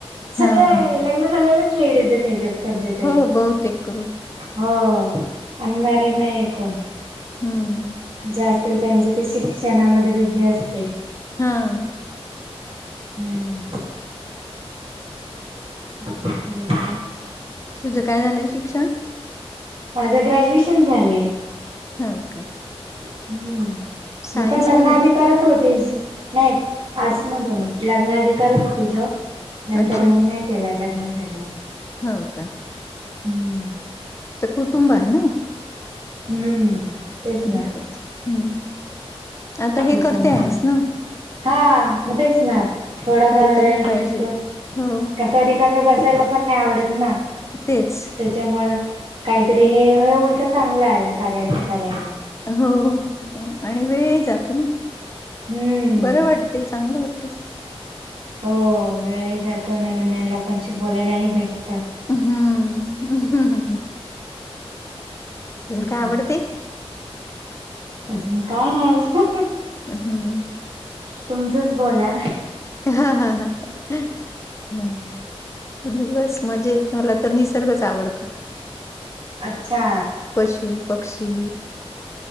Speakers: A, on the right; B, on the left.
A: सगळे
B: हा हा
A: ल लग्न झालेलाच लेडीज ह्याच्यात सध्या तरी
B: हो बहुतेक करून
A: हो अनमॅरिड नाही आहे कोण
B: हम्म
A: जे असतील त्यांचे ते शिक्षणामध्ये बिझी असतील.
B: हम
A: हम्म का
B: तुझं काय झालंय शिक्षण?
A: माझं ग्रॅज्युएशन झालंय.
B: हो का.
A: हम्म
B: सायन्स
A: मी पण लग्नाधिक.
B: मधून
A: करत होती नाही आर्टस मधून लग्नाआधी करत होती जॉब. नंतर
B: अच्छा
A: मग नाही केला लग्न झाल्यावर.
B: हो का
A: हम्म.
B: तर कुटुंब आहे ना.
A: हम्म तेच
B: बरोबर
A: ना
B: हम्म. आता
A: त्याच्यामुळे
B: हे करते आहेस ना
A: हा मग तेच ना. थोडाफार
B: काहीतरी
A: वेळ
B: पाहिजे
A: भेटतो
B: हो
A: कसा रिकामी बसायला पण नाही आवडत ना.
B: तेच.
A: त्याच्यामु काहीतरी हे हे उलट चांगलं आलं कार्याच करायला.
B: हो आणि वेळ जातो ना.
A: हम्म
B: बरं वाटते चांगलं वाटते.
A: हो वेळही जातो नवीन नवीन लोकांशी बोलायलाही भेटतं.
B: हम्म् हम्
A: तेच
B: काय
A: नाही
B: आवडते
A: अजून काय नाही.
B: हम्म
A: तुमचंच बोला
B: हा हा हा. हम्म बस मजा य तु मला तर निसर्गच आवडतो.
A: अच्छा.
B: पशु पक्षी.